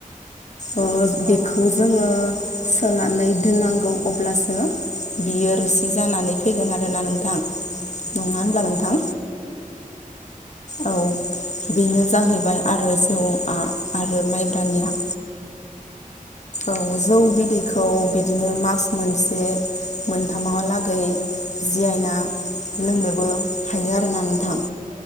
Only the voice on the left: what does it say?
ओ
बेखौ जोङो सोनानै दोननांगौ अब्लासो बियो रुसि जानानै फैगोन आरोना नोंथां, नङा होनब्ला
नोंथां? औ बेनो जाहैबाय आरो जौआ आरो माइब्रानिया औ जौ बिदैैखो खौ बिदिनो मास मोनसे मोनथामाहालागै जियायना लोंनोबो हायो आरोना नोंथां।